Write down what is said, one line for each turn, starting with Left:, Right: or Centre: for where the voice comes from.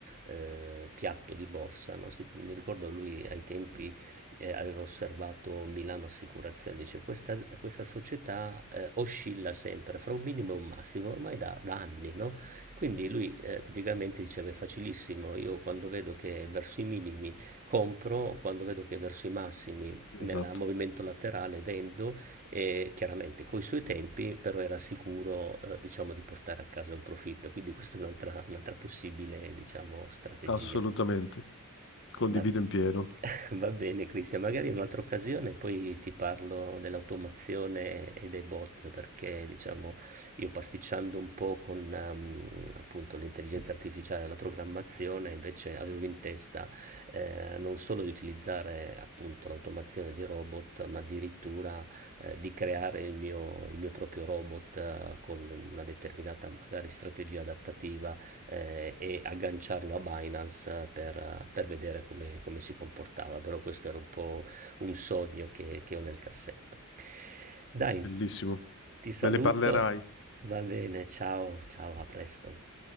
Right: eh, piatto di borsa, no? Si- mi ricordo lui ai tempi eh, aveva osservato Milano Assicurazioni, dice questa, questa società eh, oscilla sempre fra un minimo e un massimo, ormai da, da anni, no? Quindi lui eh, praticamente diceva è facilissimo, io quando vedo che verso i minimi compro quando vedo che è verso i massimi
Left: Sì,
Right: nel
Left: Esatto,
Right: movimento laterale vendo e chiaramente coi suoi tempi però era sicuro eh, diciamo di portare a casa un profitto quindi questa è un'altra, un'altra possibile diciamo strategia
Left: assolutamente. Condivido
Right: Va, <laughs>
Left: in pieno.
Right: va bene, Cristian, magari in un'altra occasione poi ti parlo dell'automazione e dei bot, perché diciamo io pasticciando un po' con ehm, appunto l'intelligenza artificiale e la programmazione, invece avevo in testa eh, non solo di utilizzare appunto l'automazione dei robot, ma addirittura eh, di creare il mio, il mio proprio robot eh, con una determinata magari strategia adattativa eh, e agganciarlo a Binance per, per vedere come, come si comportava. Però questo era un po' un sogno che, che ho nel cassetto. Dai,
Left: Bellissimo.
Right: ti saluto,
Left: Me ne parlerai.
Right: va bene, ciao, ciao, a presto.